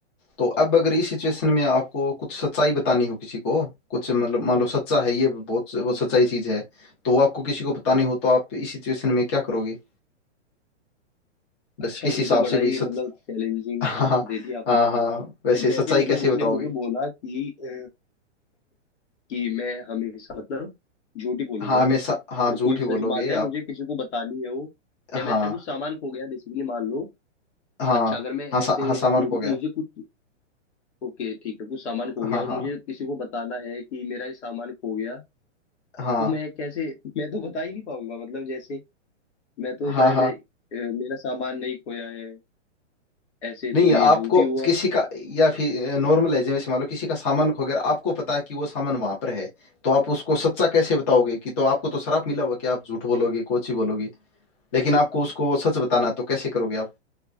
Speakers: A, on the left; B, on the left.
A: तो अब अगर इस सिचुएशन में आपको कुछ सच्चाई बतानी हो किसी को कुछ मतलब मान लो सच्चा है ये बहुत वो सच्चाई चीज है तो वो आपको किसी को बतानी हो तो आप इस सिचुएशन में क्या करोगे बस
B: अच्छा
A: किस
B: ये
A: हिसाब
B: तो बड़ा
A: से
B: ही
A: भी सच
B: मतलब चैलेंजिंग
A: <laughs> हाँ हाँ
B: दे दिया आपने
A: हाँ हाँ, वैसे
B: जैसे
A: सच्चाई
B: मतलब
A: कैसे
B: उसने
A: बताओगे
B: मुझे बोला कि अ, कि मैं हमेशा मतलब झूठी बोलूंगा
A: हाँ हमेशा हाँ
B: और
A: झूठ
B: कोई
A: ही
B: सच
A: बोलोगे
B: बात
A: आप
B: है मुझे किसी को बतानी है वो या मेरा
A: हाँ
B: कुछ सामान खो गया बेसिकली मान लो
A: हाँ
B: अच्छा अगर मैं
A: हाँ सा,
B: ऐसे
A: हाँ सामान
B: मुझे,
A: खो गया
B: मुझे कुछ ओके ठीक है कुछ सामान खो गया
A: हाँ
B: और
A: हाँ
B: मुझे किसी को बताना है कि मेरा ये सामान खो गया
A: हाँ
B: तो मैं कैसे मैं तो बता ही नहीं पाऊंगा मतलब जैसे मैं तो
A: हाँ
B: शायद
A: हाँ
B: अ, मेरा सामान नहीं खोया है ऐसे
A: नहीं
B: तो ये
A: आपको
B: झूठ ही हुआ
A: किसी का या फिर नॉर्मल है जैसे मान लो किसी का सामान खो गया आपको पता है कि वो सामान वहां पर है तो आप उसको सच्चा कैसे बताओगे कि तो आपको तो शराप मिला हुआ कि आप झूठ बोलोगे कोची बोलोगे लेकिन आपको उसको वो सच बताना है, तो कैसे करोगे आप